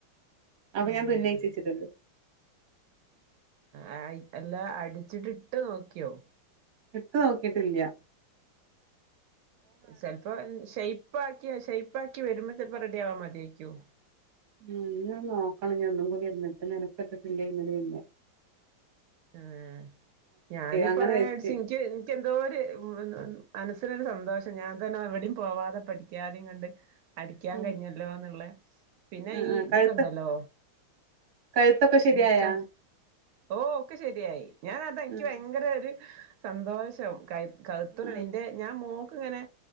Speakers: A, on the right; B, on the right.
A: അപ്പൊ
B: ആഹ്
A: ഞാൻ തുന്നയിച്ചച്ച്ട്ട് ണ്ട്
B: ആഹ് അല്ലാ അട്ച്ചിട്ടിട്ട് നോക്കിയോ
A: ഇട്ടു നോക്കിട്ടില്ല്യ
B: ചിലപ്പോ ഷെയ്പാക്കിയ ഷെയ്പ്പക്കി വരുമ്പോ ചിലപ്പോ റെഡി ആവാ മതിക്കും
A: ഉം ഇനിഒന്ന് നോക്കണം ഇനി ഒന്നും കൂടി ഇരുന്നിട്ട് മേനക്കെട്ടിട്ടില്ലേ ഇന്നല ഇന്നു
B: ആഹ് ഞാനിപ്പോ
A: അങ്ങനെ
B: ങ്ങനെ
A: വെച്ച്
B: ൻക്കി ന്ക്ക് എന്തോ ഒരുന നൊരു സന്തോഷം ഞാൻ തന്നെ എവിടയും പോവാതെ പഠിക്കാതെയും കണ്ട് അടിക്കാൻ
A: ഉം
B: കഴിഞ്ഞല്ലോ നിള്ളെ പിന്നെ
A: ആഹ്
B: ഈ
A: ആഹ്
B: ഇതൊക്കെ
A: കഴുത്ത്
B: ഉണ്ടല്ലോ
A: കഴുത്തൊക്കെ ശരിയായാ
B: നിസ്ക ഓ ഒക്കെ ശരിയായി ഞാനത എനിക്ക്
A: ആഹ്
B: ഭയങ്കര ഒരു സന്തോഷം ക കഴുത്തൂനിന്റെ
A: ആഹ്
B: ഞാൻ മോക്ക് ഇങ്ങനെ